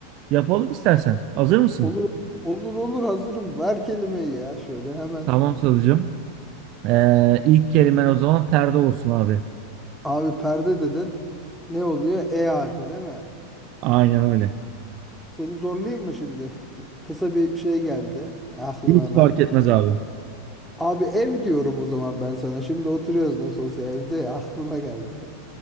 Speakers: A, on the right; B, in the centre.
A: Yapalım istersen. Hazır mısın?
B: Olur olur olur hazırım. Ver kelimeyi ya şöyle hemen.
A: Tamam Salıcığım. Ee, ilk kelimen o zaman perde olsun abi.
B: Abi perde dedin. Ne oluyor? E harfi değil mi?
A: Aynen öyle.
B: Seni zorlayayım mı şimdi? <laughs> Kısa bir şey geldi. Aklım
A: Hiç
B: hemen.
A: fark etmez abi.
B: Abi ev diyorum o zaman ben sana. Şimdi oturuyoruz nasıl olsa evde <laughs> ya, aklıma geldi. <laughs>